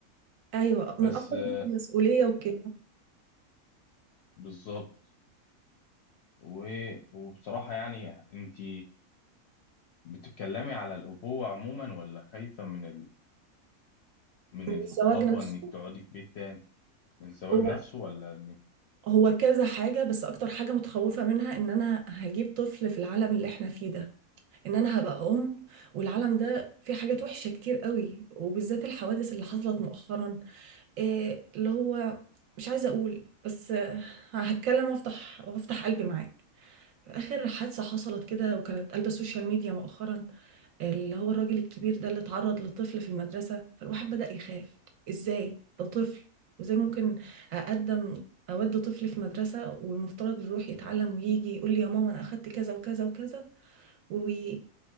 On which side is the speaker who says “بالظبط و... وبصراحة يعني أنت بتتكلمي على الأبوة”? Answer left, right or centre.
Left